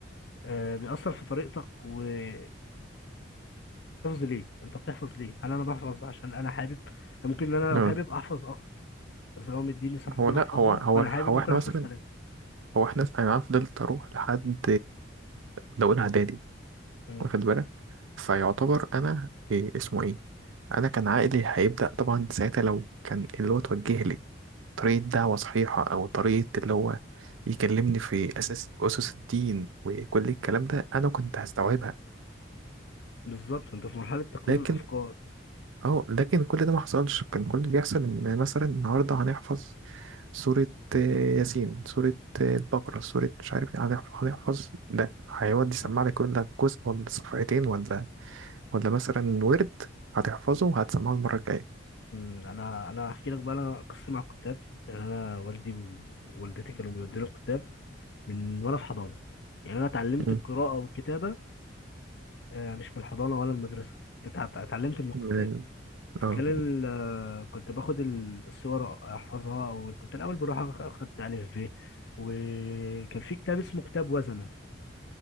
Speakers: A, on the left; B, on the right.
A: آه، بيأثر في طريقتك والحفظ ليه انت بتحفظ ليه هل انا بحفظ عشان انا حابب ممكن ان انا لو
B: اه
A: حابب احفظ اكتر بس هو مديني صفحتين
B: هو لا
A: احفظهم
B: هو هو
A: وانا
B: هو
A: حابب ممكن
B: احنا
A: احفظ
B: مثلا
A: ثلاثه
B: هو احنا انا فضلت اروح لحد ده اولى اعدادي
A: مم.
B: واخد بالك فيعتبر انا إيه اسمه ايه انا كان عقلي هيبدا طبعا ساعتها لو كان اللي هو توجه لي طريقه دعوه صحيحه او طريقه اللي هو يكلمني في اساس في اسس الدين وكل الكلام ده انا كنت هستوعبها
A: بالظبط انت في مرحله تكوين
B: لكن
A: الافكار
B: اه لكن كل ده ما حصلش كان كل اللي بيحصل ان مثلا النهارده هنحفظ سورة آه، ياسين سورة آه، البقرة سورة مش عارف ايه هنحف- هنحفظ ده هيودي
A: بالظبط
B: يسمع لك كل ده جزء ولا
A: بالظبط.
B: صفحتين ولا ولا مثلا ورد هتحفظه وهتسمعه المرة الجاية
A: مم، انا انا هحكي لك بقى انا قصتي مع الكتاب يعني انا والدي ووالدتي كانوا بيودوني الكتاب من وانا في حضانه يعني انا اتعلمت
B: مم.
A: القراءه والكتابه آه، مش في الحضانة ولا المدرسة اتع- اتعلمت من الكتاب
B: من ال- اه
A: في خلال آه، كنت باخد ال- الصور احفظها وكنت الاول بروح أخ- اخد الف ب وكان في كتاب اسمه كتاب وزنة